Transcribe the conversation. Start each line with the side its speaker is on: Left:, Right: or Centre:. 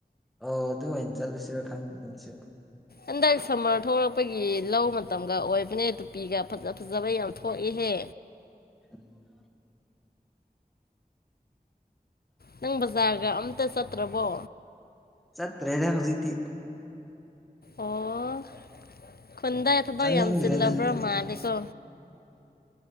Centre: ꯑ ꯑꯗꯨ ꯑꯣꯏꯅ ꯆꯠꯂꯨꯁꯤꯔ ꯈꯪꯗꯅꯤꯁꯨ
Left: ꯑꯟꯗꯥꯏꯁꯃꯣꯄꯒꯤ ꯂꯧ ꯃꯇꯝꯒ ꯑꯣꯏꯕꯅꯦ ꯇꯨꯄꯤꯒ ꯐꯖꯕ ꯌꯥꯝ ꯊꯣꯛꯏꯍꯦ
Centre: ꯎꯝ
Left: ꯅꯪ ꯕꯖꯥꯔꯒ ꯑꯝꯇ ꯆꯠꯇ꯭ꯔꯕꯣ
Centre: ꯆꯠꯇ꯭ꯔꯦꯅꯦ ꯍꯧꯖꯤꯛꯇꯤ
Left: ꯑꯣ ꯈꯨꯟꯗꯥꯏ ꯊꯕꯛ
Centre: ꯆꯠꯅꯤꯡꯗ꯭ꯔꯦꯗ
Left: ꯌꯥꯝ ꯆꯤꯜꯂꯕ꯭ꯔꯥ ꯃꯥꯜꯂꯦꯀꯣ